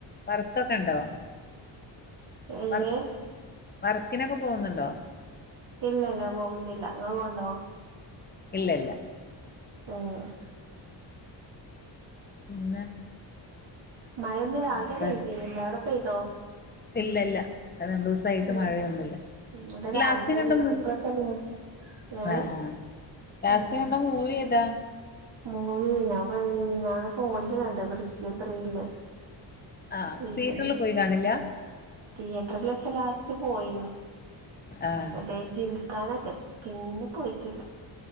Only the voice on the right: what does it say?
എങ്ങനെ
ഇല്ല ഇല്ല പോകുന്നില്ല ങ്ങൾ പോവണ്ടോ
ആഹ്
മയ ഒന്ന് രാവിലെ
പെയ്തിീന്നില്ല എവിടെ പെയ്തോ
ഏ
ഇവിടെ രാവിലെ
നീച്ചപ്പളൊക്കെല്ലേ
ഏ
ഉം
മൂവി ഞാപ്പൊ മിനിഞ്ഞാന്ന് ഫോണില് കണ്ട ദൃശ്യം ത്രീല്ലേ
<unintelligible>
തിയേറ്ററിൽ ഇപ്പ ലാസ്റ്റ് പോയിന്ന്
മറ്റേ ജിം ക്കാനൊക്കെ പിന്നെ പോയിട്ടില്ല